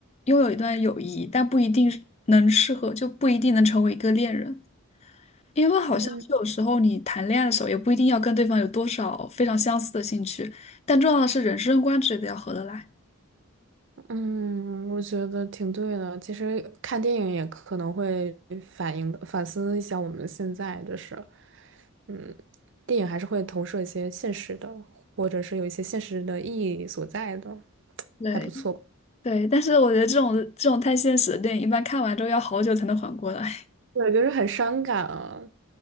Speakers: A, on the left; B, on the right.
A: 拥有一段友谊，但不一定是能适合，就不一定能成为一个恋人，因为好像是有时候你谈恋爱的时候，
B: 嗯
A: 也不一定要跟对方有多少非常相似的兴趣，但重要的是人生观之类的要合得来。
B: 嗯，我觉得挺对的。其实看电影也可能会反映的，反思一下我们现在就是，嗯，电影还是会投射一些现实的，或者是有一些现实的意义所在的，
A: 对
B: 还不错。
A: 对，但是我觉得这种这种太现实的电影，一般看完之后要好久才能缓过来。
B: 对，就是很伤感啊，